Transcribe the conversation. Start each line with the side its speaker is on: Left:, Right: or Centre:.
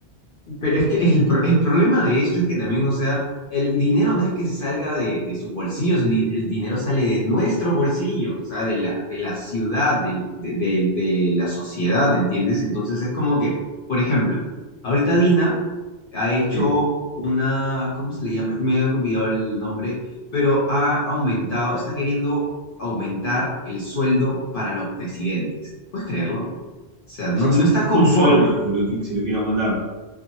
Left: Pero es que el, pro- el problema de esto es que también, o sea, el dinero no es que salga de, de sus bolsillos, el, din- el dinero sale de nuestros bolsillos, o sea, de la, de la ciudad, del- de, de- de la sociedad, ¿entiendes? Entonces es como que, por ejemplo, ahorita Dina ha hecho
Right: Sí.
Left: una, ¿cómo se le llama? Me he olvidado el nombre, pero ha aumentado, está queriendo aumentar el sueldo para los presidentes. ¿Puedes creerlo? O sea,
Right: O
Left: no,
Right: sea,
Left: no
Right: su,
Left: está conforme
Right: su sueldo, si lo que- si lo quiere aumentar. O